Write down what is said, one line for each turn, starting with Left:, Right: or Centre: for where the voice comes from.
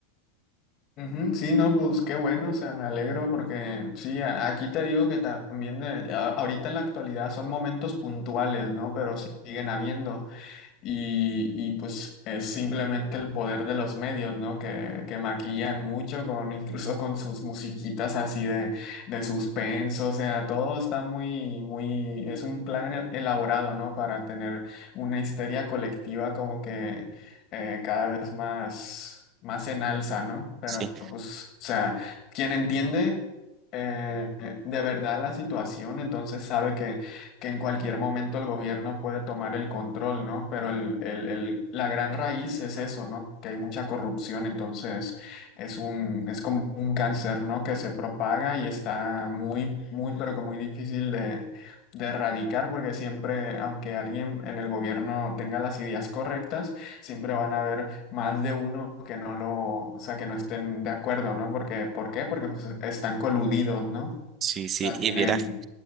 Left: Ujú, sí, no, pues qué bueno, o sea, me alegro porque sí, a- aquí te digo que también eh, a- ahorita en la actualidad son momentos puntuales, ¿no? Pero siguen habiendo. Y, y, pues es simplemente el poder de los medios, ¿no? Que, que maquillan mucho con, incluso con sus musiquitas así de, de suspenso. O sea, todo está muy, muy, es un plan el- elaborado, ¿no? Para tener una histeria colectiva como que eh, cada vez más, más en alza, ¿no? Pero
Right: Sí,
Left: pues, o sea, quien entiende eh, de verdad la situación, entonces sabe que que en cualquier momento el gobierno puede tomar el control, ¿no? Pero el, el- el- la gran raíz es eso, ¿no? Que hay mucha corrupción, entonces es un, es como un cáncer, ¿no? Que se propaga y está muy, muy, pero que muy difícil de, de erradicar, porque siempre, aunque alguien en el gobierno tenga las ideas correctas, siempre van a haber más de uno que no lo, o sea, que no estén de acuerdo, ¿no? Porque, ¿por qué? Porque pues, están coludidos, ¿no? O
Right: sí, sí.
Left: sea,
Right: Y
Left: tienen,
Right: vieras.